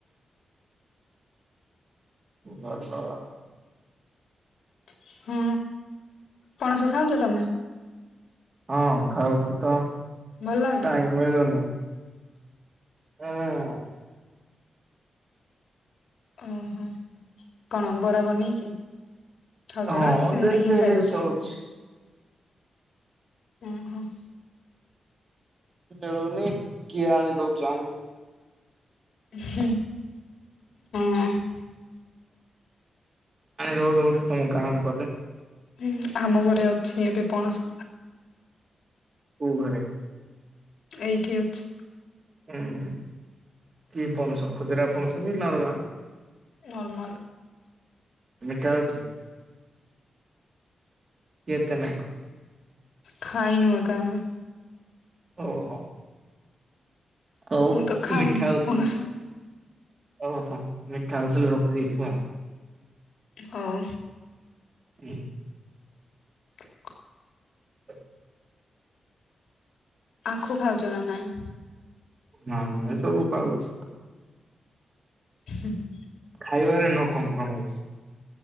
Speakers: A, on the right; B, on the left.
A: <unintelligible>
B: ହୁଁ ପଣସ ଖାଉଛ ତମେ।
A: ହଁ ଖାଉଛି ତ।
B: ଭଲ ଲାଗୁଛି?
A: କାହିଁକି ମିଳୁନି? ହୁଁ।
B: ଓହୋ କଣ ବରା ବନେଇ କି? ଖାଉଛ
A: ହଁ
B: ନା ସେମିତି
A: ଯେମିତି
B: ହିଁ
A: ହେଲେ
B: ଖାଇଦଉଛ।
A: ବି ଚଳୁଛି
B: ଓ ହୋ।
A: ମିଳୁନି କିଏ ଆଣି ଦଉଛ ଆମକୁ?
B: ଉହୁଁ ହଁ।
A: ଆଣିବଦ ଗୋଟେ ତମ ଗାଁକୁ ଗଲେ।
B: ହଁ ଆମ ଘରେ ଅଛି ଏବେ ପଣସ।
A: କୋଉ ଘରେ?
B: ଏଇଠି ଅଛି।
A: ହୁଁ କି ପଣସ ଖଜୁରା ପଣସ କି ନରମାଲ?
B: ନର୍ମାଲ।
A: ମିଠା ଅଛି। ଏତେ ନାହିଁ।
B: ଖାଇ ନୁ ଏକା ଆମେ।
A: ଓହୋ। ହଉ
B: ମୁଁ ତ ଖାଉନି
A: ମିଠା ଦଉଥିଲି।
B: ପଣସ
A: ଓହୋ ମିଠା ହଉଥିଲେ ରଖିଦେଇଥିବ ଆଉ।
B: ହଉ।
A: ହୁଁ।
B: <unintelligible>
A: <inaudible>
B: ଆଖୁ ଖାଉଚ ନା ନାଇ?
A: ହ ସବୁ ଖାଉଛି।
B: ହଁ।
A: ଖାଇବାରେ ନୋ କମ୍ପରମାଇଜ।